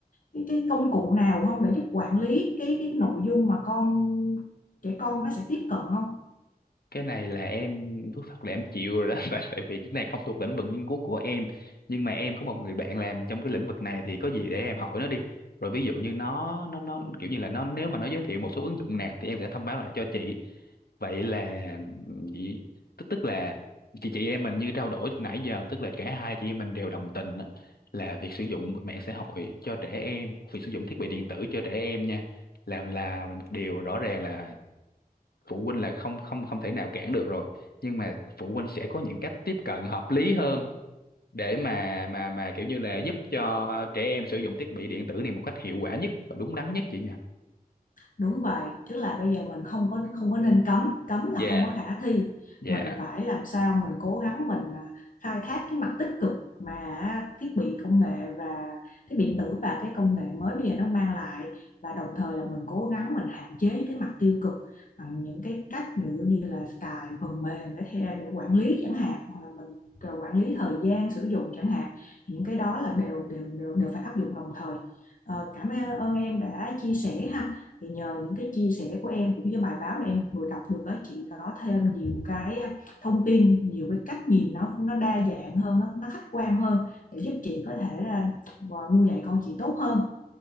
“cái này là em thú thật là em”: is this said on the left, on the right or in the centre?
Left